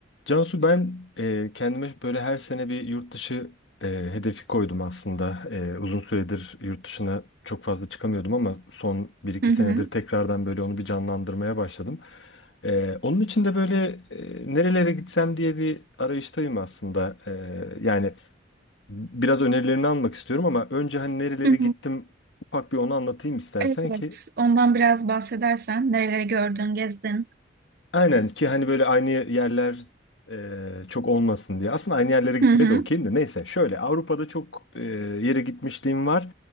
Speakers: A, on the left; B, on the right.
A: Cansu ben e, kendime böyle her sene bir yurt dışı e, hedefi koydum aslında. E, uzun süredir yurt dışına çok fazla çıkamıyordum ama son bir iki
B: Hı hı.
A: senedir tekrardan böyle onu bir canlandırmaya başladım. E, onun için de böyle e, nerelere gitsem diye bir arayıştayım aslında. E, yani biraz önerilerini almak istiyorum ama önce hani nerelere
B: Hı
A: gittim
B: hı.
A: ufak bir onu anlatayım istersen
B: Evet,
A: ki
B: ondan biraz bahsedersen nereleri gördün, gezdin.
A: Aynen ki hani böyle aynı yerler e, çok olmasın diye. Aslında aynı yerlere gitmeye
B: Hı hı.
A: de okeyim de neyse. Şöyle Avrupa'da çok e, yere gitmişliğim var.